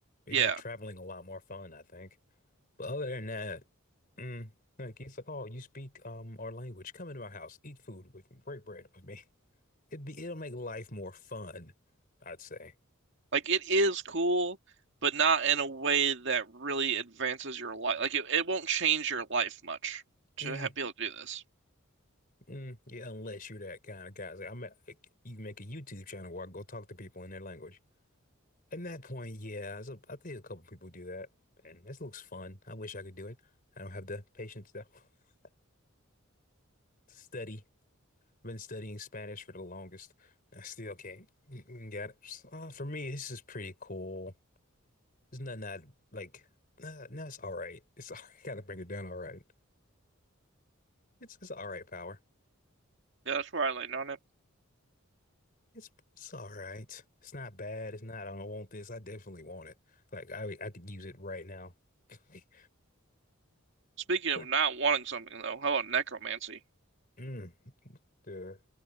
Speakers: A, on the left (about 45°); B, on the right (about 60°).
A: It'd
B: yeah.
A: make traveling a lot more fun, I think. But other than that, mm, like he's like, oh, you speak um our language. Come into my house, eat food with me, break bread with me. <laughs> It'd be it'll make life more fun, I'd say.
B: Like it is cool, but not in a way that really advances your life. Like it, it won't change your life much
A: Mm,
B: to ha be able to do this.
A: mm, yeah, unless you're that kind of guy. It's Like, I'm a- you can make a YouTube channel where I go talk to people in their language. At that point, yeah, it's a- I think a couple people do that, and this looks fun. I wish I could do it. I don't have the patience though <laughs> to study. I've been studying Spanish for the longest. I still can't get it. Uh, for me, this is pretty cool. It's not not like uh, no, it's all right. It's all right. <laughs> Gotta bring it down. All right. It's it's all right, power.
B: Yeah, that's where I land on it.
A: It's it's all right. It's not bad. It's not. I don't want this. I definitely want it. Like I I could use it right now. Like,
B: Speaking of
A: but,
B: not wanting something though, how about necromancy?
A: mm, the,